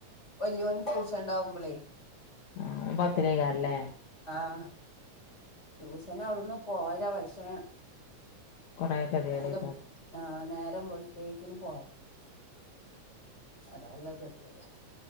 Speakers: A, on the left; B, on the left.
A: വലിയോന് ട്യൂഷൻ ഉണ്ടാവുമ്പോളേ
B: ആഹ് പത്തിലെക്കാരല്ലെ?
A: ആഹ് ട്യൂഷൻ അവിടുന്ന് പോരാ പക്ഷെ
B: കൊറേ കെതിയേടേക്കാരം
A: നേരം ആഹ് നേ ത്തം വെളുത്തേക്കിന് പോരണം അതാല്ല <unintelligible>